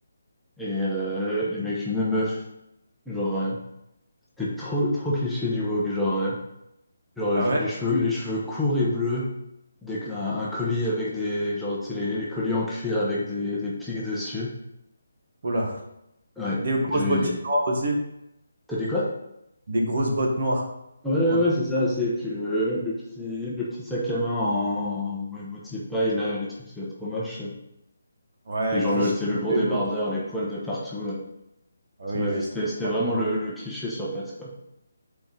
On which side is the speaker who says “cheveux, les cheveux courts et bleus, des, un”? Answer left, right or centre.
Centre